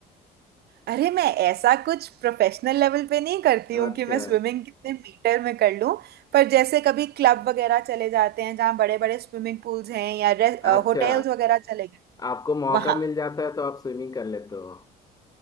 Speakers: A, on the right (about 70°); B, on the left (about 20°).
A: अरे मैं ऐसा कुछ प्रोफेशनल लेवल पे नहीं करती
B: हो
A: हूँ
B: अच्छा
A: कि मैं स्विमिंग कितने मीटर में कर लूँ पर जैसे कभी क्लब वगैरह चले जाते हैं जहाँ बड़े बड़े स्विमिंग पूल्स हैं या
B: अच्छा
A: होटल्स वगैरह चले गए
B: आपको मौका
A: वहां
B: मिल जाता है तो आप स्विमिंग कर लेते हो